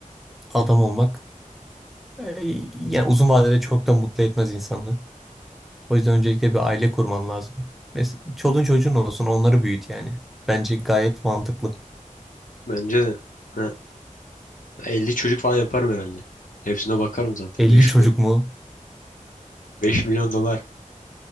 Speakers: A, in the centre; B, on the left.
A: adam olmak eee, yani uzun vadede çok da mutlu etmez insanı. O yüzden öncelikle bir aile kurman lazım. Mesela çoluğun çocuğun olsun onları büyüt yani. Bence gayet mantıklı.
B: Bence de ha, 50 çocuk falan yaparım herhalde. Hepsine bakarım zaten
A: 50
B: 5
A: çocuk
B: milyon.
A: mu?
B: beş milyon dolar.